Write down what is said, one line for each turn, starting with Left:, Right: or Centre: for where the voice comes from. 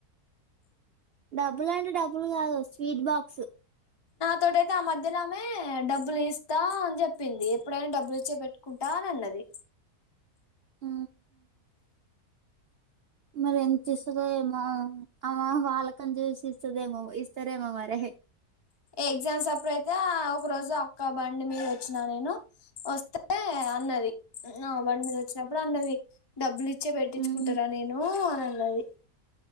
Right: డబ్బులు అంటే డబ్బులు కాదు స్వీట్ బాక్స్
Left: తోటైతే ఆ మధ్యలో ఆమె డబ్బులు ఎస్తా అని జెప్పింది ఎప్పుడైనా డబ్బులు ఇచ్చే పెట్టుకుంటా అని అన్నది
Right: ఉ మరి ఎం చేస్తదో ఏమో అవ వాళ్ళ అక్కన్ చూసి ఇస్తదేమో ఇస్తారేమో మరి
Left: ఎగ్జామ్స్ అప్పుడు అయితే ఆ ఒక రోజు అక్క బండి మీద వొచ్చినా నేను వొస్తే అన్నది నా బండి మీద వొచ్చినప్పుడు అన్నది డబ్బులు ఇ చ్చే పెట్టించుకుంటారా
Right: ఉమ్
Left: నేను అని అన్నది